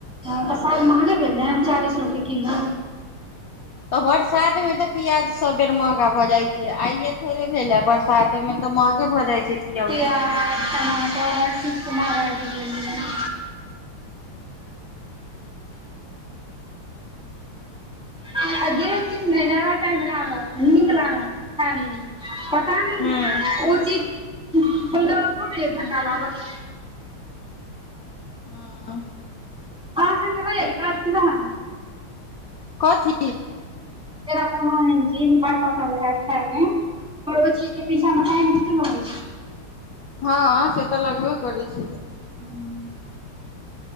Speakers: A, in the centre; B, on the left.
A: हँ तऽसाद महँगे भेल ने चालीस रुपए किलो
B: तऽ बरसात में तऽ प्याज सब बेर महगा भऽ जाइ छै आइये थोड़े भेले बरसात तहिमे तऽ महगे भऽ जाइ छै पियौज
A: प्याज
B: हूँ
A: टमाटर हर चीज कें मंगाई छै कनि न कनि ह <inaudible> आ जे चीज मे ज्यादा टाइम लागत नीक लागत खा लेम तामे
B: हँ
A: ओ चीज आबै हो मे एक घंटा लागत
B: हँ
A: आ संगे होईया इ काज की नहि
B: कथी
A: जेरा कोनोन चीज बड़ पसन्द है खाय मे पर ओ चीज कें पीछा मे टाइम कते लागए छै
B: हँ से तऽ लगबे करै छै
A: हुँ